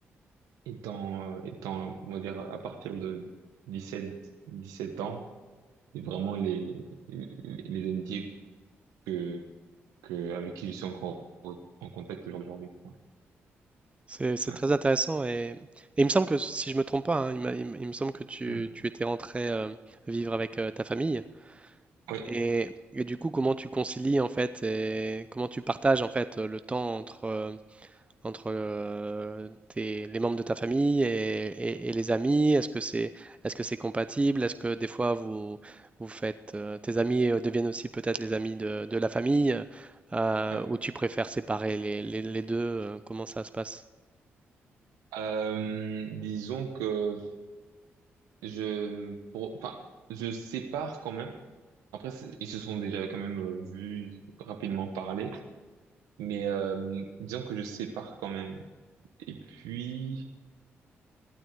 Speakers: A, on the right; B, on the right.
A: étant, euh, étant, on va dire, à partir de dix-sept dix-sept ans, et vraiment les, les, les amitiés que, que, avec qui je suis encore au- en contact aujourd'hui. Ouais.
B: C'est, c'est
A: Ouais.
B: très intéressant et, et il me semble que, si je me trompe pas, hein, il, m'a- il me il me semble que tu,
A: Mm.
B: tu étais rentré euh, vivre avec euh, ta famille
A: Ouais.
B: et, et du coup comment tu concilies en fait et comment tu partages en fait le temps entre, euh, entre euh, tes- les membres de ta famille et, et- et les amis? Est-ce que c'est est-ce que c'est compatible? Est-ce que des fois vous vous faites euh, tes amis euh, deviennent aussi peut-être les amis de, de la famille euh,
A: Ouais.
B: ou tu préfères séparer les, les- les deux? euh, Comment ça se passe?
A: Euh, disons que je, pour, enfin, je sépare quand même. Après, c'est- ils se sont déjà quand même euh, vus rapidement parler, mais euh, disons que je sépare quand même. Et puis,